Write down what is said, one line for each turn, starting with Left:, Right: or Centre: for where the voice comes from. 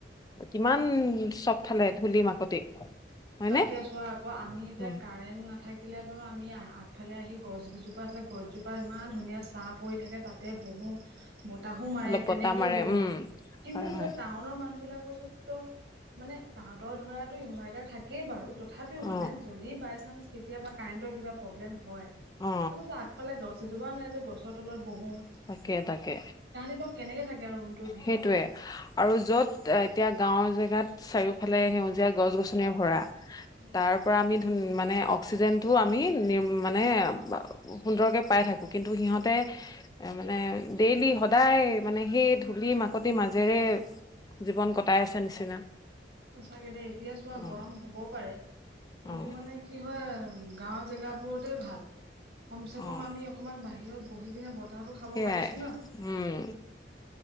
Left: কিমান চবফালে ধূলি মাকতি। হয়নে
Right: তাকে চোৱা আক আমি এতিয়া
Left: উম
Right: কাৰেণ্ট নাথাকিলে বাৰু আমি আ আগফালে আহি গছ গিজোপা আছে গছজোপা ইমান ধুনীয়া ছা পৰি থাকে তাতে বহোঁ। বতাহো মাৰে
Left: অলপ বতাহ
Right: তেনেকে
Left: মাৰে
Right: বহোঁ,
Left: উম
Right: কিন্তু
Left: হয় হয়
Right: যত টাউনৰ মানুহ বিলাকৰ ওচৰত- ত মানে তাহাঁতৰ ধৰাটো ইনভাৰ্টাৰ থাকেই বাৰু তথাপিও
Left: অ
Right: মানে যদি বাই চান্স কেতিয়াবা কাৰেণ্টৰ কিবা প্ৰব্লেম হয়,
Left: অ
Right: সেতত আগফালে গছ এজোপা নাই যে গছৰ তলত বহোঁ। তাহাতি
Left: তাকে তাকে
Right: বাৰু কেনেকে থাকে আৰু ৰুমটো
Left: সেইটোৱে আৰু য'ত এতিয়া গা গাঁও জেগাত চাৰিওালে সেউজীয়া গছ-গছনিৰে ভৰা,
Right: উম
Left: তাৰ পৰা আমি ধু মানে অক্সিজেনটো আমি নিম মানে সুন্দৰকে পাই থাকোঁ। কিন্তু সিহঁতে মানে ডেইলি-সদায় মানে সেই ধূলি-মাকতিৰ মাজেৰে, জীৱন কটাই আছে নিচিনা।
Right: সচাকে দে, এতিয়া চোৱা
Left: অ',
Right: গৰম হ'ব পাৰে কিন্তু
Left: অ',
Right: মানে কি হয় গাঁৱৰ জেগাবোৰতে ভাল। কমচেকম
Left: অ',
Right: আমি অকণমান বাহিৰত বহি পিনে বতাহটো খাব
Left: সেয়াই
Right: পাৰিছোঁ না।
Left: উম,